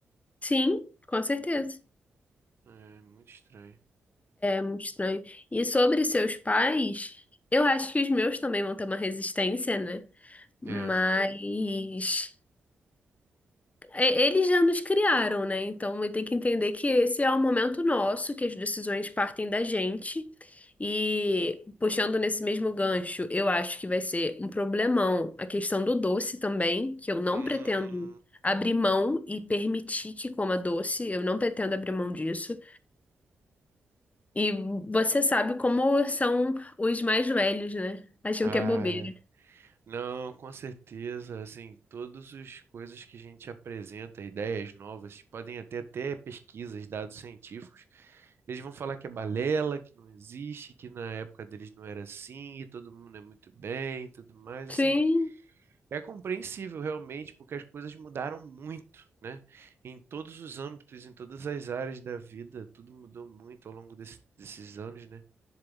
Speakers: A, on the left; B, on the right.
A: Sim, com certeza.
B: É, muito estranho.
A: Muito estranho. E sobre seus pais, eu acho que os meus também vão ter uma resistência, né? Mas
B: É.
A: é, eles já nos criaram, né? Então vai ter que entender que esse é o momento nosso, que as decisões partem da gente. E puxando nesse mesmo gancho, eu acho que vai ser um problemão a questão do doce também, que eu não
B: Hum.
A: pretendo abrir mão e permitir que coma doce, eu não pretendo abrir mão disso. E você sabe como são os mais velhos, né? Acham
B: Ai.
A: que é bobeira.
B: Não, com certeza, assim, todas as coisas que a gente apresenta, ideias novas, podem até até pesquisas, dados científicos, eles vão falar que é balela, que não existe, que na época deles não era assim, e todo mundo é muito bem, e tudo mais,
A: Sim,
B: assim, é compreensível realmente, porque as coisas mudaram muito, né? Em todos os âmbitos, em todas as áreas da vida, tudo mudou muito ao longo desse- desses anos, né?